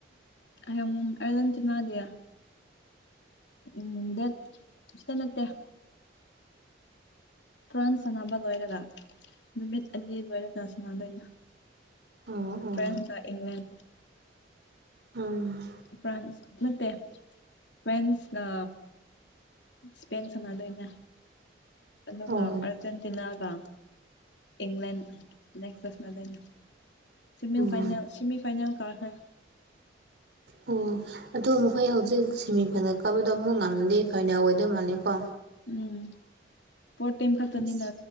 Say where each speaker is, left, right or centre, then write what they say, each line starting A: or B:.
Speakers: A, on the left (about 75°); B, on the right (about 65°).
A: ꯍꯌꯦꯡ ꯑꯔꯖꯦꯟꯇꯤꯅꯥꯒꯤ <unintelligible> ꯐꯔꯥꯟꯁ ꯁꯥꯟꯅꯕ ꯂꯣꯏꯔꯒ ꯅꯨꯃꯤꯠ ꯑꯅꯤ ꯂꯣꯏꯔꯒ ꯁꯥꯟꯅꯗꯣꯏꯅꯤ
B: ꯑꯣ ꯑꯣ
A: ꯐ꯭ꯔꯥꯟꯁ ꯀ ꯏꯪꯂꯦꯟ
B: ꯎꯝ
A: ꯐ꯭ꯔꯥꯟꯁ ꯅꯠꯇꯦ ꯐ꯭ꯔꯦꯟꯁꯒ ꯏꯁꯄꯦꯟꯒ ꯁꯥꯟꯅꯗꯣꯏꯅꯦ ꯑꯗꯨꯒ
B: ꯑꯣ
A: ꯑꯥꯔꯖꯦꯟꯇꯤꯅꯥꯒ ꯏꯪꯂꯦꯟ ꯅꯦꯛꯁꯇ ꯁꯥꯟꯅꯗꯣꯏꯅꯤ semi
B: um
A: final semi final ꯀꯥꯔꯈꯦ
B: ꯑꯣ ꯑꯗꯣ ꯃꯈꯣꯏ ꯍꯧꯖꯤꯛ ꯁꯦꯃꯤ ꯐꯥꯏꯅꯦꯜ ꯀꯥꯕꯗꯣ ꯑꯃꯨꯛ ꯉꯝꯗꯤ ꯐꯥꯏꯅꯦꯜ ꯑꯣꯏꯗꯧ ꯃꯥꯜꯂꯦꯀꯣ
A: ꯎꯝ ꯄꯣꯠ ꯇꯥꯏꯝ ꯈꯛꯇꯅꯤꯅ
B: ꯑꯁ